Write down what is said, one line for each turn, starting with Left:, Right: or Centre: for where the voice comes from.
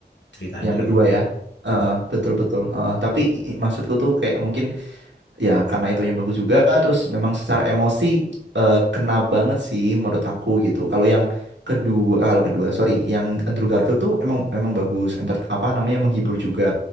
Left: ceritanya
Right: yang
Left: itu
Right: kedua
Left: gimana
Right: ya. Heeh,
Left: lupa.
Right: betul betul. Heeh, tapi i- maksudku tuh kayak mungkin ya karena itunya bagus juga terus memang secara emosi eh, kena banget sih menurut aku gitu kalau yang kedua ah, kalau kedua sorry yang Andrew Garfield tuh emang emang bagus enter, apa namanya menghibur juga